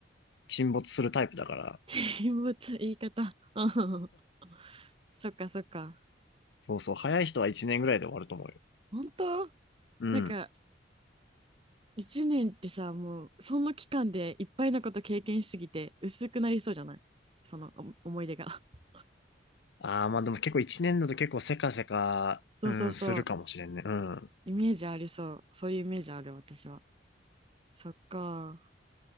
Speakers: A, on the left; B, on the right.
A: 沈没するタイプだから。
B: 人物言い方 <laughs>。そっかそっか。
A: そうそう、早い人は1年ぐらいで終わると思うよ。
B: 本当
A: うん。
B: なんか1年ってさ、もうその期間でいっぱいのこと経験しすぎて薄くなりそうじゃないその思い出が <laughs>。
A: ああ、まあでも結構1年だと結構せかせか、
B: そうそうそう。
A: うん、するかもしれんね。うん。
B: イメージありそう。そういうイメージある私は。そっか。